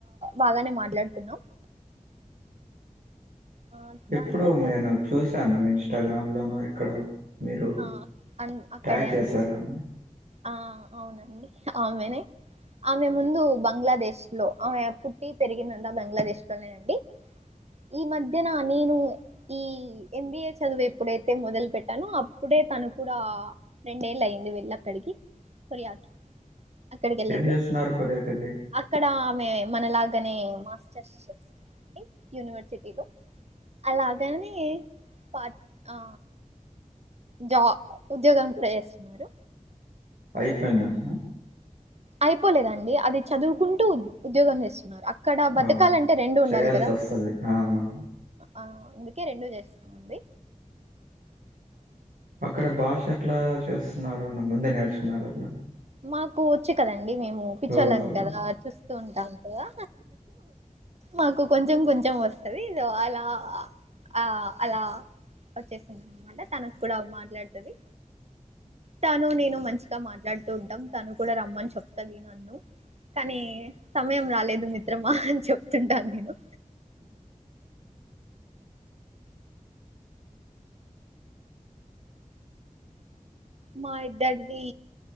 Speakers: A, on the right; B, on the right.
A: బాగానే మాట్లాడుకున్నాం ఆ
B: ఎప్పుడో
A: దాని తర్వాత
B: నేను చూశాను ఇన్స్టాగ్రామ్ లోనో ఎక్కడో మీరు
A: ఆ అక్కడే
B: ట్యాగ్ చేశారా
A: అండి
B: ఆమెని
A: ఆ అవునండి ఆమెని ఆమె ముందు బంగ్లాదేశ్ లో పుట్టి పెరిగిందంతా బంగ్లాదేశ్లో నేనండి ఈ మధ్యన నేను ఈ ఎంబీఏ చదువు ఎప్పుడైతే మొదలు పెట్టాను అ అప్పుడే తను కూడా రెండేళ్లు అయింది వెళ్లి అక్కడికి కొరియాకి అక్కడికి వెళ్ళింది
B: ఏం చేస్తున్నారు కొరియా కి వెళ్లి
A: అక్కడ ఆమె మనలాగనే మాస్టర్స్ చే టి యూనివర్సిటీలో అలాగానే పా ఆ జా ఉద్యోగం పేరు <inaudible> చేస్తున్నారు
B: అయిపోయిందండి
A: అయిపోలేదండి అది చదువుకుంటూ ఉద్యోగం చేస్తున్నారు అక్ అక్కడ బతకాలంటే
B: ఆ
A: రెండు ఉండాలి
B: చేయాల్సి
A: కదా
B: వస్తది అవునవును
A: ఆ అందుకే రెండు చేస్తుంది
B: అక్కడ భాష ఎట్లా చేస్తున్నారు నా ముందే నేర్చుకున్నారు వాళ్లు
A: మాకు వచ్చు కదండి మేము పిచ్చోళ్ళం
B: సో,
A: కదా
B: అదే.
A: చూస్తూ ఉంటాం కదా మాకు కొంచెం కొంచెం వస్తది ఏదో అలా ఆ అలా వచ్చేసింది అన్నమాట తనకు కూడా మాట్లాడుతది తను నేను మంచిగా మాట్లాడుతూ ఉంటాం తను కూడా రమ్మని చెప్తది నన్ను కానీ సమయం రాలేదు మిత్రమా అని చెప్తుంటాను నేను మా ఇద్దరిది